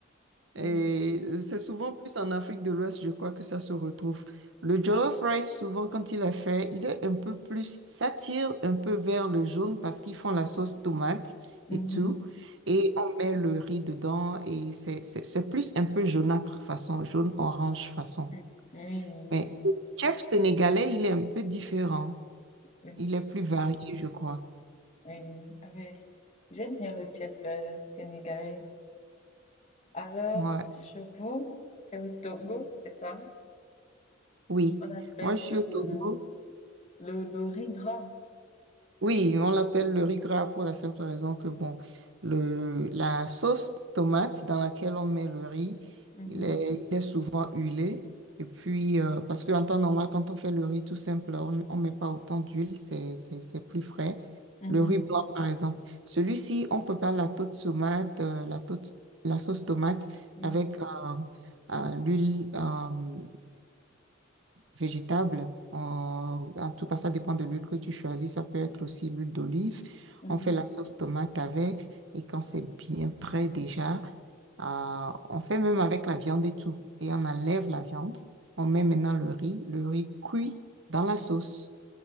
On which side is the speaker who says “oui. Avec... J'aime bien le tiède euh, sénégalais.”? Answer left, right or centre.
Left